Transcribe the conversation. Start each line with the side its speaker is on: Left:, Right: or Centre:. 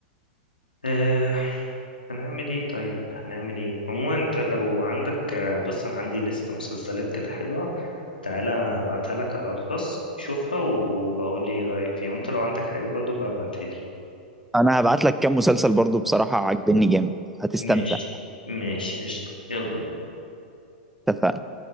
Left: آه هنعمل ايه طيب هنعمل ايه عموما انت لو عندك آه، بص انا عندي لست مسلسلات كده حلوة تعالى هبعتها لك على الخاص شوفها وبقول لي ايه رأيك فيها وانت لو عندك حاجة برضو ببعتها لي
Centre: انا هبعت لك كام مسلسل برضه بصراحه عاجبني جامد هتستمتع
Left: ماشي ماشي قشطة يلا بينا
Centre: اتفقنا؟